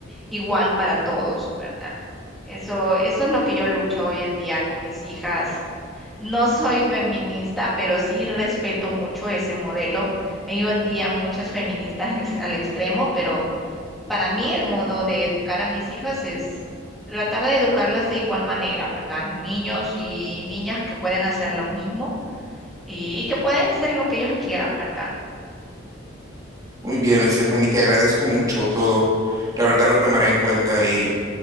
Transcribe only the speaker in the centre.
igual para todos, ¿verdad? Eso, eso es lo que yo lucho hoy en día con mis hijas. No soy feminista, pero sí respeto mucho ese modelo. Hay hoy en día muchas feministas <laughs> es al extremo, pero para mí el modo de educar a mis hijas es tratar de educarlas de igual manera, ¿verdad? Niños y niñas que pueden hacer lo mismo y, y que pueden ser lo que ellos quieran, ¿verdad?